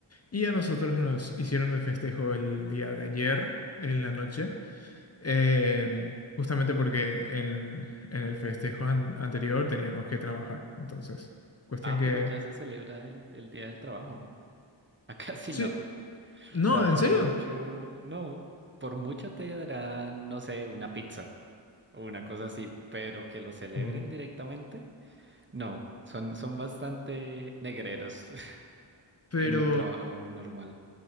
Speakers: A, on the left (about 35°); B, on the right (about 25°).
A: Y a nosotros nos hicieron el festejo el día de ayer, en la noche, em, justamente porque en, en el festejo an- anterior teníamos que trabajar. Entonces, cuestión
B: Ah,
A: que...
B: pero ya se celebra el, el Día del Trabajo. <laughs> Acá sí
A: Sí,
B: no. O
A: No,
B: sea, por
A: ¿en serio?
B: mucho, no. Por mucho te darán, no sé, una pizza o una cosa así, pero que lo celebren
A: Uh,
B: directamente, no. Son, son bastante negreros <laughs>
A: Pero,
B: en un trabajo normal